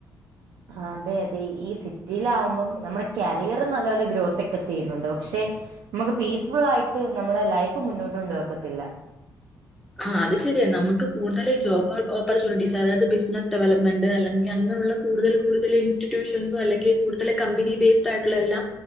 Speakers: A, on the right (about 85°); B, in the centre.
A: അതെ അതെ ഈ സിറ്റിയില ആകുമ്പം നമ്മുടെ കരിയർ നല്ലപോലെ ഗ്രോത്ത് ഒക്കെ ചെയ്യുന്നുണ്ട് പക്ഷെ നമുക്ക് പീസ്ഫുൾ ആയിട്ട് നമ്മുടെ ലൈഫ് മുന്നോട്ട് കൊണ്ടോവാനോക്കത്തില്ല
B: ആ അത് ശരിയ നമുക്ക് കൂടുതൽ ജോബ് ഓപ്പർച്യൂണിറ്റീസ് അതായത് ബിസിനസ്സ് ഡെവലപ്മെന്റ് അല്ലെങ്കിൽ അങ്ങനെയുള്ള കൂടുതൽ കൂടുതൽ ഇൻസ്റ്റിറ്റ്യൂഷൻസോ അല്ലെങ്കിൽ കൂടുതൽ കമ്പനി ബേസ്ഡ് ആയിട്ടുള്ള എല്ലാം